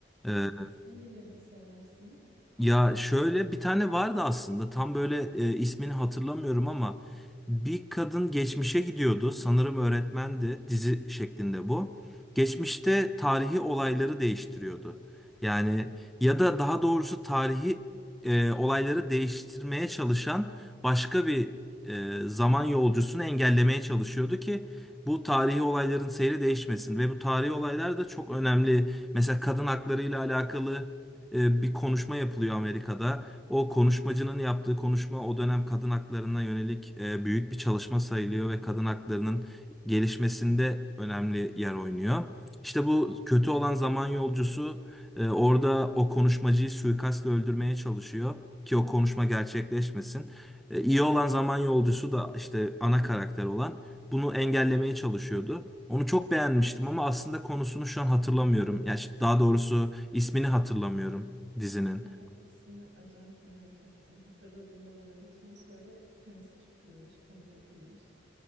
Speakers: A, in the centre; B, on the right.
A: Ee,
B: Evet, hangilerini seversin?
A: Ya şöyle bir tane vardı aslında tam böyle e, ismini hatırlamıyorum ama bir kadın geçmişe gidiyordu sanırım öğretmendi dizi şeklinde bu. Geçmişte tarihi olayları değiştiriyordu. Yani ya da daha doğrusu tarihi e, olayları değiştirmeye çalışan başka bir e, zaman yolcusunu engellemeye çalışıyordu ki bu tarihi olayların seyri değişmesin ve bu tarihi olaylar da çok önemli. Mesela kadın hakları ile alakalı e, bir konuşma yapılıyor Amerika'da. O konuşmacının yaptığı konuşma o dönem kadın haklarına yönelik e, büyük bir çalışma sayılıyor ve kadın haklarının gelişmesinde önemli yer oynuyor. İşte bu kötü
B: Evet.
A: olan zaman yolcusu e, orada o konuşmacıyı suikastla öldürmeye çalışıyor ki o konuşma gerçekleşmesin. E, iyi olan zaman yolcusu da işte ana karakter olan bunu engellemeye çalışıyordu. Onu çok beğenmiştim ama aslında konusunu şu an hatırlamıyorum. Ya işte daha doğrusu ismini hatırlamıyorum dizinin.
B: Aa, ismini acayip merak ettim. Hatırladığında bana lütfen söyle. Teması çok iyiymiş, konu çok iyiymiş.